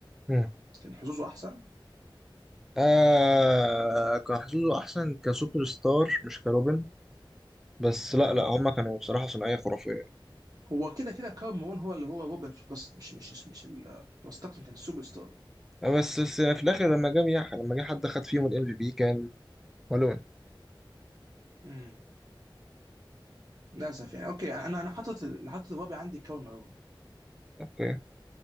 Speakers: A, in the centre; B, on the right.
A: مم.
B: كان حظوظه احسن؟
A: آه كان حظوظه احسن كسوبر ستار مش كروبن بس
B: مم.
A: لا لا هما كانوا بصراحة ثنائية خرافية
B: هو كده كده كارل مارون هو اللي هو روبن في القصه مش مش مش, مش ال... هو ستاكتون كان السوبر ستار
A: آه، بس بس في الآخر لما جه ميح- لما جه حد خد فيهم الام في بي كان بالون
B: مم. للاسف يعني اوكي انا انا حاطط اللي حاطط الرابع عندي كارل مارون
A: اوكي